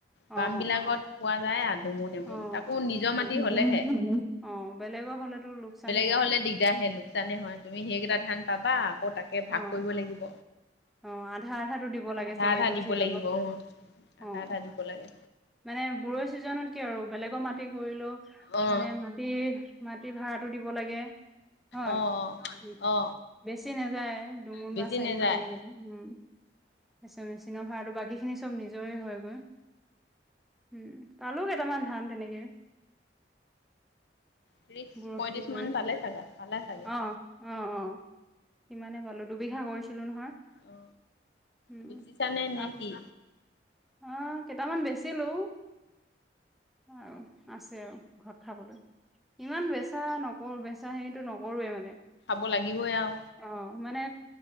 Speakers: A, in the centre; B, on the left.
A: অ'।
B: বামবিলাকত পোৱা যায় আও দুমোন-এমোন।
A: অ',
B: তাকো নি জৰ মাটি
A: নিজৰ
B: হ'লেহে,
A: মানুহ হ'লে অ', বেলেগৰ হ'লেতো লোকচানে
B: বেলেগৰ
A: হয়।
B: হ'লে দিগদাৰ হে লোকচানে হয়। তুমি সেইকেইটা ধান পাবা, আকৌ তাকে
A: অ',
B: ভাগ কৰিব লাগিব।
A: অ' আধা-আধাটো দিব লাগে
B: আধা
A: চাগে,
B: আধা
A: এইটো
B: দিব
A: চিজনত
B: লাগিব অ আধা
A: অ'।
B: আধা দিব লাগে।
A: মানে <unintelligible> চিজনতকে আৰু বেলেগৰ মাটি কৰিলও
B: অ
A: মানে মাটিৰ মাটিৰ ভাড়াটো দিব লাগে। হয়
B: অ
A: উ
B: অ অ
A: বেছি নাযায়, দুমোন
B: বেছি
A: বা চাৰিমোন
B: নেযায়।
A: তেনেকে। উম, পাছে মেচিনৰ ভাড়াটো বাকী খিনি চব নিজৰে হয় গৈ। উম, পালো কেইটামান ধান তেনেকে।
B: ত্ৰিশ-পয়ত্ৰিশ
A: বৰৈ খেতি কৰি।
B: মান পালে চাগা, পালে চাগে।
A: অ', অ' অ', সিমানে পালো দুবিঘা কৰিছিলো নহয়।
B: অ
A: উম,
B: বেচিছানে নে
A: আ
B: কি?
A: অঁ কেইটামান বেছিলো। আ আছে আৰু ঘৰত খাবলৈ। ইমান বেচা নকৰো বেচা হেৰিটো নকৰোৱে মানে।
B: ব লগিবই আও
A: অ মানে